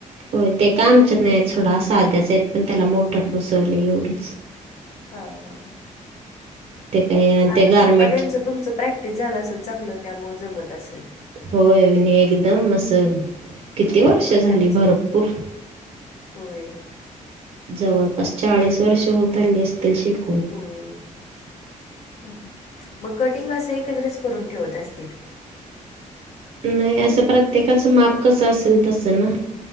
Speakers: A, on the right; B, on the left.
A: होय ते काय आमच्यात नाहीत सोडा, साध्याच हाईत, पण त्याला मोटर बसवलंय एवढंच.
B: हा हा हा.
A: ते काय आणि
B: आता
A: ते गारमेंट
B: पप्पा त्यांचं तुमचं प्रॅक्टिस झालं असेल चांगलं त्यामूळ जमत असल.
A: होय नी एकदम असं, किती वर्ष
B: पहिल्यापासून
A: झाली? भरपूर
B: होय.
A: जवळपास चाळीस वर्ष होत आली असतील, शिक
B: होय, हा हा मग कटिंग असं एकत्रच करून ठेवत असतील.
A: नाही असं प्रत्येकाचं माप कसं असेल तसं ना?